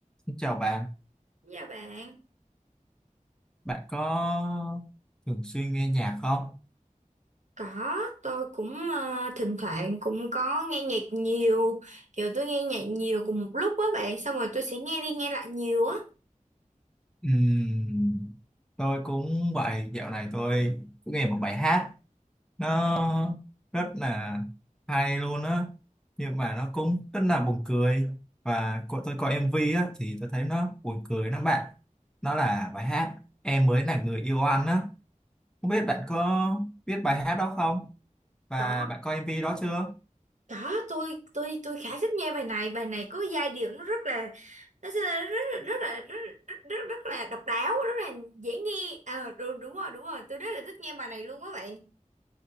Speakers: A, in the centre; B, on the right.
A: Xin Chào bạn,
B: Dạ bạn,
A: bạn có thường xuyên nghe nhạc không?
B: có, tôi cũng ờ, thỉnh thoảng cũng có nghe nhạc nhiều, kiểu tôi nghe nhạc nhiều cùng một lúc á bạn, xong rồi tôi sẽ nghe đi nghe lại nhiều á.
A: Ừm, tôi cũng vậy, dạo này tôi cũng nghe một bài hát nó rất là hay luôn á nhưng mà nó cũng rất là buồn cười và cô- tôi coi MV á thì tôi thấy nó buồn cười lắm bạn nó là bài hát Em mới là người yêu anh á không biết bạn có biết bài hát đó không và
B: Có,
A: bạn coi MV đó chưa
B: có, tôi tôi tôi khá thích nghe bài này, bài này có giai điệu nó rất là nó sẽ là rất là rất là rất rất, rất, rất là độc đáo, rất là dễ nghe. Ờ đúng, đúng rồi, đúng rồi, tôi rất là thích nghe bài này luôn á bạn.